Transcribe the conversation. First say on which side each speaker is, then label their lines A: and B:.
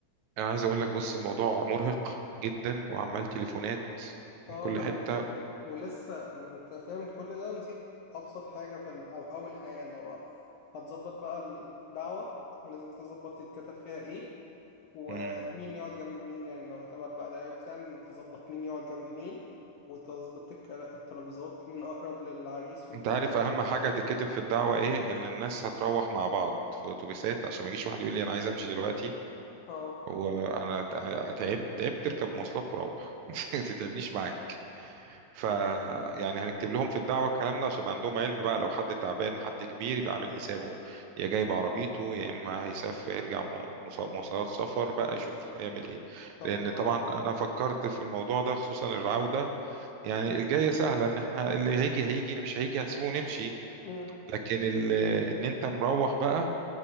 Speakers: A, on the right; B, on the left.
A: انا عايز اقول لك بص الموضوع مرهق جدا وعمال
B: مم.
A: تليفونات
B: اه
A: من كل
B: لا
A: حته
B: و... و... ولسه انت فاهم كل ده ونسيت ابسط حاجة في ال... او اول حاجة اللي هو هتظبط بقى الدعوة ولازم تظبط يتكتب فيها ايه ومين
A: مم.
B: يقعد جنب مين يعني لو هتبعت بقى دعوة بتاع تظبط مين يقعد جنب مين وتظبط الكرا- الترابيزات مين اقرب للعريس مين
A: انت
B: ابعد
A: عارف اهم
B: للعروسة
A: حاجه تتكتب في الدعوه ايه ان الناس هتروح مع بعض في اتوبيسات عشان ما يجيش واحد يقول لي انا عايز امشي دلوقتي
B: اه
A: وانا تع- تعبت تعبت تركب مواصلات وروح <laughs> ما تتعبنيش معاك ف يعني هنكتب لهم في الدعوة الكلام ده عشان يبقى عندهم علم بقى لو حد تعبان حد كبير يبقى عامل حسابه يا جايب عربيته يا إما هيسافر يرجع مو- مص- مواصلات سفر بقى يشوف هيعمل إيه
B: طب
A: لأن
B: ما
A: طبعا أنا فكرت في الموضوع ده خصوصا العودة يعني
B: مم.
A: الجاية سهلة إن إحنا اللي هيجي هيجي اللي مش هيجي هنسيبه ونمشي
B: مم.
A: لكن ال- إن أنت مروح بقى